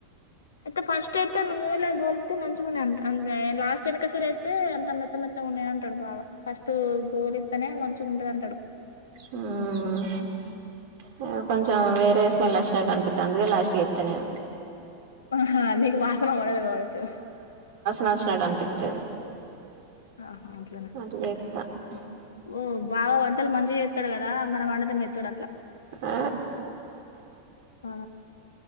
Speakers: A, on the left; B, on the right.
A: అయితే ఫస్ట్ అయితే నునే గోల్ మ మంచి గున్నై అంద అంద లాస్ట్ ఎనకసిరి ఎస్తే అంత మెత్త మెత్తగా ఉన్నాయి అంటడు బావ ఫస్ట్ గోలిస్తనే మంచిగా ఉంటయ్ అంట టడు
B: ఆ ఇ కొంచం కొంచెం వేరే స్మెల్ వచ్చినట్టు అనిపితది అందుకే లాస్ట్కు ఎత్త నేను
A: ఆహా నీకు వాసన పడది కావచ్చు
B: నచ్ నపిత్త
A: ఆహా అట్లనా
B: అ ఏత్త మ్మ్
A: ఓ బాగా వంటలు మంచిగా చేత్తడు కదా మనం అండుతే మెచ్చడు అట్లా
B: ఆ
A: ఆ